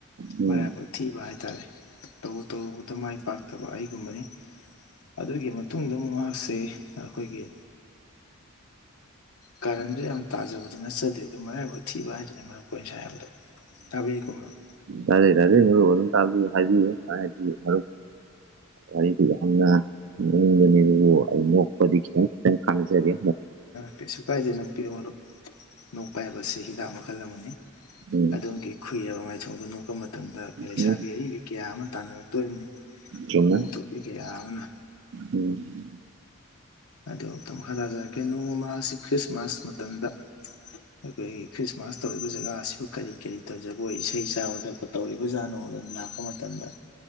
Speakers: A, on the right; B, on the left.
A: ꯎꯝ
B: ꯃꯔꯥꯏꯕ ꯊꯤꯕ ꯍꯥꯏ ꯇꯔꯦ ꯇꯧꯔꯨ ꯇꯧꯔꯨꯕꯗ ꯃꯥꯏ ꯄꯥꯛꯇꯕ ꯑꯩꯒꯨꯝꯕꯅꯤ ꯑꯗꯨꯒꯤ ꯃꯇꯨꯡꯗ ꯑꯃꯨꯛ ꯃꯍꯥꯛꯁꯦ ꯑꯩꯈꯣꯏꯒꯤ ꯀꯔꯟꯁꯨ ꯌꯥꯝ ꯇꯥꯖꯕꯗꯤ ꯅꯠꯆꯗꯦ ꯑꯗꯨ ꯃꯔꯥꯏꯕꯛ ꯊꯤꯕ ꯍꯥꯏꯗꯨꯅꯦ ꯃꯔꯝ ꯀ ꯑꯣꯏꯅꯅ ꯁ ꯍꯥꯏꯕꯗꯣ ꯇꯕꯔꯤꯀ ꯃꯔꯨꯞ
A: ꯇꯔꯦ ꯇꯖꯦ ꯃꯝ ꯇ ꯍꯥꯏꯗꯤ ꯍ ꯋꯥꯔꯤꯗꯨ ꯌꯥꯝꯅ ꯅꯤꯡꯕꯅꯦ ꯑꯗꯨꯕꯨ ꯑꯩ ꯅꯣꯛꯄꯗꯤ ꯈꯤꯇꯪ ꯈꯤꯇꯪ ꯀꯥꯟꯅꯖꯒꯦ
B: ꯀꯩꯁꯨ ꯀꯥꯏꯁꯦ ꯅꯨꯄꯤ ꯃꯔꯨꯞ ꯅꯣꯛꯄ ꯍꯥꯏꯕꯁꯤ ꯍꯤꯗꯥꯛ ꯃꯈꯜ ꯑꯃꯅꯤ
A: ꯎꯝ
B: ꯑꯗꯣꯝꯒꯤ ꯈꯨꯨꯏꯔꯕ ꯃꯥꯏꯊꯣꯡꯒꯅꯨ ꯄ ꯃꯇꯝꯗ ꯑꯩꯈꯣꯏ ꯂꯩꯁꯥꯕꯤ
A: ꯎꯝ
B: ꯑꯔꯤꯕꯤ ꯀꯌꯥ ꯑꯃ ꯇꯥꯟꯅꯔꯛꯇꯣꯔꯤꯕꯅꯤ
A: ꯆꯨꯝꯃꯦ
B: ꯈꯨꯨꯃꯨ ꯇꯧꯄꯤ ꯀꯕꯅ
A: ꯎꯝ
B: ꯑꯗꯣꯇꯪ ꯃꯈꯥꯔ ꯇꯥꯖꯔꯛꯀꯦ ꯅꯣꯡꯃꯁꯤ ꯈ꯭ꯔꯤꯁꯃꯥꯁ ꯃꯇꯝꯗ ꯑꯩꯈꯣꯏꯒꯤ ꯈ꯭ꯔꯤꯁꯃꯥꯁ ꯇꯧꯔꯤꯕ ꯖꯒꯥ ꯑꯁꯤꯕꯨ ꯀꯔꯤ ꯀꯔꯤ ꯇꯧꯖ ꯑꯩꯈꯣꯏ ꯏꯁꯩ ꯆꯥꯕ ꯊꯛꯄ ꯇꯧꯔꯤꯕ ꯖꯥꯠꯅꯣꯗꯨꯅ ꯂꯥꯛꯄ ꯃꯇꯝꯗ